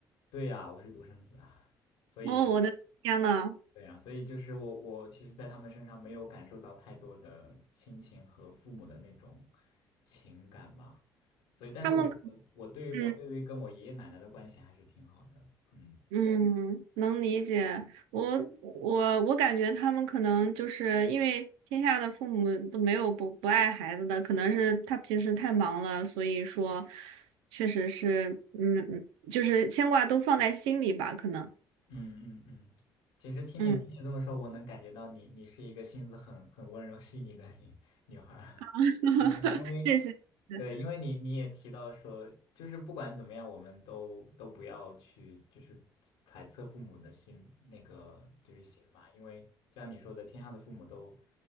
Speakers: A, on the left; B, on the right.
A: 对呀，我是独生子啊，所以
B: 哦，我的天呐，
A: 对呀，所以就是我我其实，在他们身上没有感受到太多的亲情和父母的那种情感吧。所以，但是我我我对于我对于跟我爷爷奶奶的关系还是挺好的。
B: 他们，嗯，
A: 嗯
B: 嗯，能理解。我我我感觉他们可能就是因为天下的父母都没有不不爱孩子的，可能是他平时太忙了，所以说确实是，嗯，嗯就是牵挂都放在心里吧，可能。
A: 嗯嗯嗯，其实听你听你这么说，
B: 嗯，
A: 我能感觉到你你是一个心思很很温柔细腻的女女孩儿。
B: <laughs>
A: 因为
B: 谢谢，谢谢
A: 对，因为你你也提到说，就是不管怎么样，我们都都不要去就是揣测父母的心，那个就是心嘛，因为就像你说的，天下的父母都，